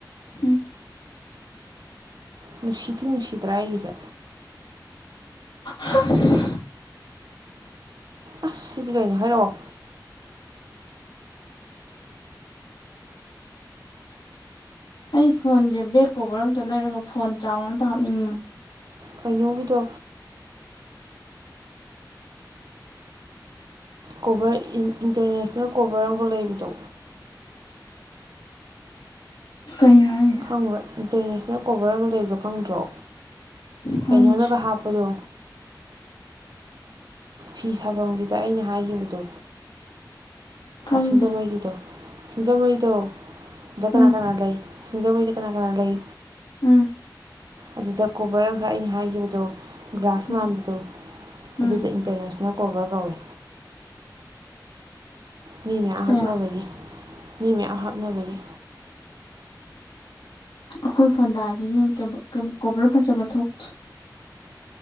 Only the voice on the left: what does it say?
ꯎꯝ
ꯍꯁ
ꯑꯩ ꯐꯣꯟꯁꯦ ꯕꯦꯛ ꯀꯣꯕꯔ ꯑꯃꯝꯇ ꯂꯩꯔꯒ ꯐꯣꯟ ꯆꯥꯝꯃ ꯑꯝꯇ ꯍꯥꯞꯅꯤꯡꯉꯤꯦ
ꯀꯩꯅꯣ ꯍꯥꯏꯁꯦ
ꯈꯪꯗꯦ
<unintelligible>
ꯈꯪꯗꯦ
ꯎꯝ
ꯎꯝ
ꯎꯝ
ꯎꯝ
ꯑꯦ
ꯑꯩꯈꯣꯏ ꯐꯣꯟꯗꯥꯁꯤ ꯀꯣꯕꯔ ꯐꯖꯕ ꯊꯣꯛꯇꯦ